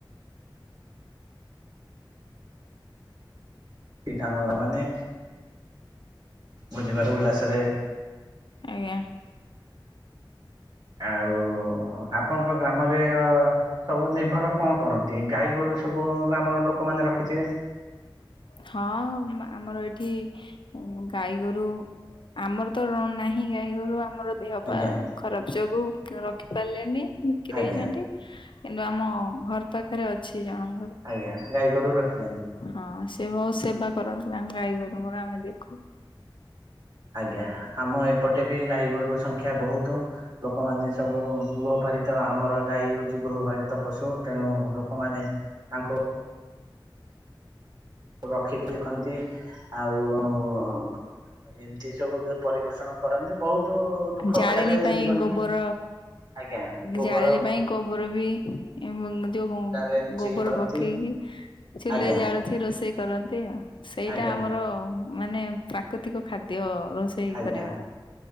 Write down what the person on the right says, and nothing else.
ଟି ସା ନ ମାନେ ବୁଜିବାରୁ ଉଲ୍ଲାସରେ
ଆଉ ହଅ ଆପଣଙ୍କ ଗ୍ରାମରେ ଅ ସବୁ ନିର୍ଭର କଣ କରନ୍ତି ଗାଈ ଗୋରୁ ସବୁ ଗ୍ରାମର ଲୋକମାନେ ରଖିଥିବେ
ଆଜ୍ଞା।
ଆଜ୍ଞା
ଆଜ୍ଞା ଗାଈ ଗୋରୁ ରଖିଛନ୍ତି।
ଆଜ୍ଞା ଆମ ଏପଟେ ବି ଗାଈ ଗୋରୁ ସଂଖ୍ୟା ବହୁତ ଲୋକମାନେ ସବୁ ଗୃହପାଳିତ ଆମର ଗାଈ ହଉଛି ଗୃହପାଳିତ ପଶୁ ତେଣୁ ଲୋକମାନେ ତାଙ୍କୁ ରଖିକି ଖନ୍ତି ଆଉ ଉ ଉ ଏମିତି ସବୁ ପରିବଷଣ କରନ୍ତି ବହୁତ ଦୁଃଖ
କଷ୍ଟରେ
ଜୀବନ
ଯାପନ ଆଜ୍ଞା ଗୋବର
ଗୁଣ୍ଡାରେ ମିଶେଇ
କରନ୍ତି
ଆଜ୍ଞା
ଆଜ୍ଞା
ଆଜ୍ଞା